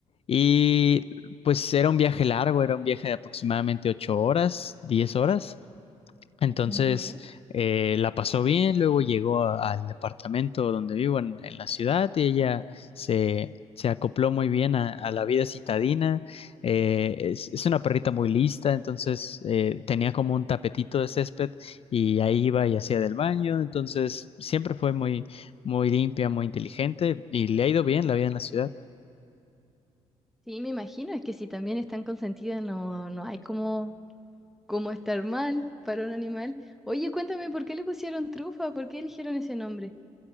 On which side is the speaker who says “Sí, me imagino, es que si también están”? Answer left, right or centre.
Centre